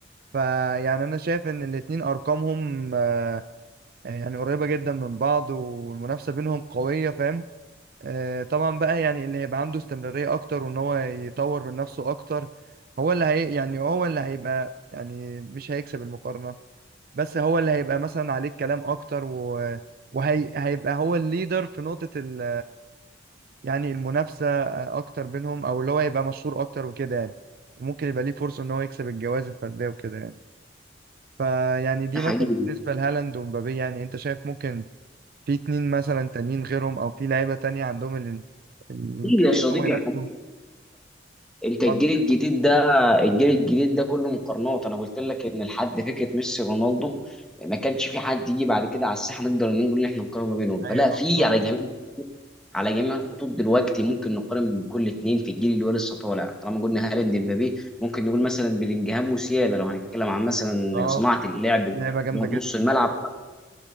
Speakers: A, on the right; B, in the centre.
A: فيعني انا شايف ان الاتنين ارقامهم آه، يعني قريبة جدا من بعض والمنافسة بينهم قوية فاهم آه، طبعا بقى يعني اللي هيبقى عنده استمرارية اكتر وان هو يطور من نفسه اكتر هو اللي هي يعني هو اللي هيبقى يعني مش هيكسب المقارنة بس هو اللي هيبقى مثلا عليه الكلام اكتر و وهيبقى هو الليدر في نقطة ال يعني المنافسة آه، اكتر بينهم او اللي هو يبقى مشهور اكتر وكده يعني وممكن يبقى ليه فرصة ان هو يكسب الجوائز الفردية وكده يعني فيعني دي
B: ده حقيقي
A: مثلا بالنسبة لهالاند ومبابي يعني انت شايف ممكن في اتنين مثلا تانيين غيرهم او في لعيبة تانية عندهم ال- الامكانية
B: ليه يا صديقي
A: ان هم ينافسوا
B: احنا انت الجيل
A: هالاند؟
B: الجديد ده الجيل الجديد ده كله مقارنات انا قلت لك ان لحد فكره ميسي رونالدو ما كانش في حد يجي بعد كده على الساحه نقدر نقول ان احنا نقارن ما بينهم
A: ايوه
B: فلا في
A: اه بالظبط
B: على جميع على جميع الخطوط دلوقتي ممكن نقارن بين كل اتنين في الجيل اللي هو لسه طالع طالما قلنا هالاند مبابي ممكن نقول مثلا بلينجهام وسيالا لو هنتكلم عن مثلا
A: اه
B: صناعه اللعب اللي
A: لعيبة جامدة
B: هو
A: جدا
B: نص الملعب
A: بصراحة.